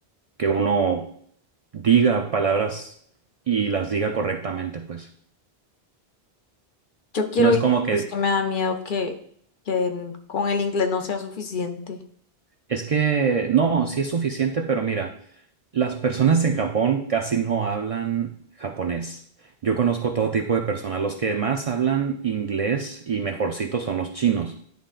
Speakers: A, on the right; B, on the left.
A: que uno diga palabras y las diga correctamente pues.
B: Yo quiero
A: No es
B: ir,
A: como que,
B: es que me da miedo que, que en- con el inglés no sea suficiente.
A: es que, no, sí es suficiente, pero mira. Las personas en Japón casi no hablan japonés. Yo conozco todo tipo de personas. Los que más hablan inglés y mejorcitos son los chinos.